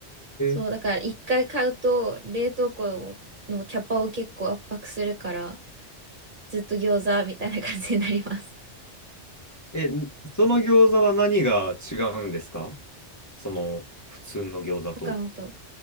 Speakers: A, on the right; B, on the left.
A: そう、
B: え。
A: だから一回買うと冷凍庫のキャパを結構圧迫するから、ずっと餃子みたいな感じになります。
B: え、その餃子は何が違うんですかその普通の餃子と。
A: 他のと。